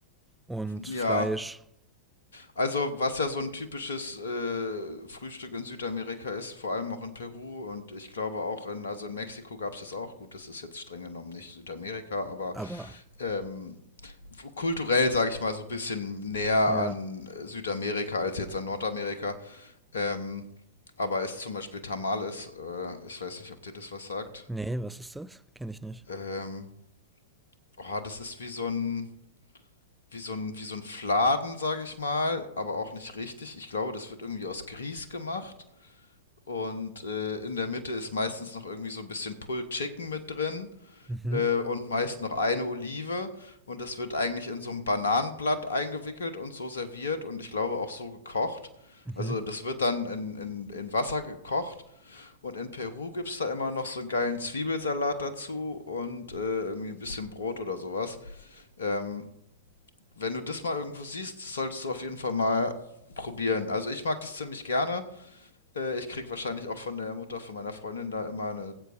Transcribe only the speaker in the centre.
und Fleisch,
aber
ja,
nee, was ist das? Kenne ich nicht.
Mhm,
mhm,